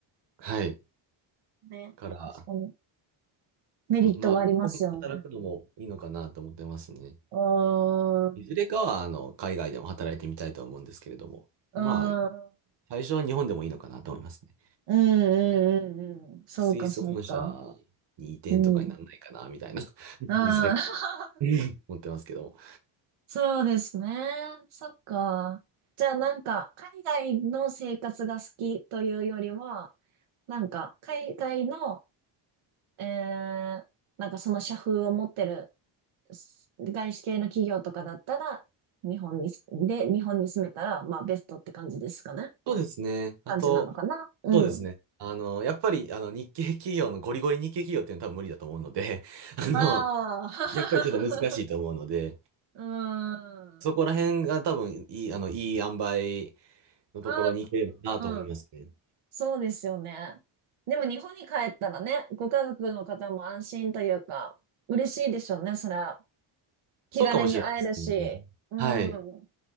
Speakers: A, on the right; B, on the right.
A: はい。
B: ね。
A: から、
B: 確かに、メリットはありますよね。
A: まあ、日本で働くのもいいのかなと思ってますね。
B: うーん、
A: いずれかは、
B: う
A: あの、海外でも働いてみたいとは思うんですけれども、
B: ーん、
A: まあ、最初は日本でもいいのかなと思いますね。
B: うん、うん、うん、うん。そうか、
A: スイス本社
B: そうか。
A: に移転とかにならないかな、
B: うん。うん。
A: みたいな、<laughs>
B: <laughs>
A: いずれか思ってますけども。
B: そうですね。そっか。じゃあ、なんか、海外の生活が好きというよりは、なんか、海外の、えー、なんかその社風を持ってるす外資系の企業とかだったら、日本にす、で、日本に住めたら、まあ、ベストって感じですかね。
A: そうですね。あと、
B: 感じなのかな。うん。
A: そうですね。あの、やっぱり、あの、日系企業の、ゴリゴリ日系企業っていうのは多分無理だと思うので、<laughs> あの、
B: ああ。
A: やっぱりちょっと難しいと思うので、
B: <laughs> うん。うん
A: そこら辺が多分いい、あの、いい塩梅のところに行ければなと思いますね。
B: うんうん。そうですよね。でも日本に帰ったらね、ご家族の方も安心というか、嬉しいでしょうね、それは。気軽に会えるし。
A: そうかもしれませんね。
B: う
A: はい。あ
B: ん。